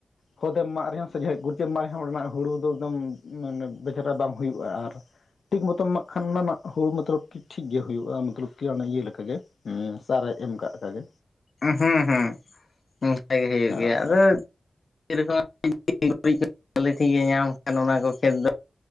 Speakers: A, on the left; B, on the left.
A: ᱠᱷᱚᱫᱮᱢ ᱮᱢᱟᱜ ᱨᱮ ᱦᱚᱸ ᱥᱮ ᱜᱩᱨᱤᱡ ᱮᱢ ᱮᱢᱟᱜ ᱨᱮ ᱦᱚᱸ ᱚᱰᱮᱱᱟᱜ ᱦᱩᱲᱩ ᱫᱚ ᱮᱠᱫᱚᱢ ᱢᱟᱱᱮ <unintelligible> ᱵᱟᱝ ᱦᱩᱭᱩᱜᱼᱟ ᱟᱨ ᱴᱷᱤᱠ ᱢᱚᱛᱚᱢ ᱮᱢᱟᱜ ᱠᱷᱟᱱ ᱱᱟᱜ ᱦᱩᱲᱩ <unintelligible> ᱴᱷᱤᱠ ᱜᱮ ᱦᱩᱭᱩᱜᱼᱟ ᱢᱚᱛᱞᱚᱵ ᱠᱤ ᱤᱭᱟᱹ ᱞᱮᱠᱟ ᱜᱮ ᱥᱟᱨᱮ ᱮᱢ ᱠᱟᱜ ᱞᱮᱠᱟ ᱜᱮᱼᱼ
B: ᱦᱩᱸ ᱦᱩᱸ ᱦᱩᱸ ᱚᱱᱠᱟ ᱜᱮ ᱦᱩᱭᱩᱜ
A: ᱦᱳᱭ
B: ᱜᱮᱭᱟ ᱟᱫᱚᱼᱼ
A: ᱦᱳᱭ ᱦᱳᱭ
B: <unintelligible> ᱧᱟᱢ ᱠᱷᱟᱱ ᱚᱱᱟ ᱠᱚ ᱠᱷᱮᱛ ᱫᱚᱼᱼ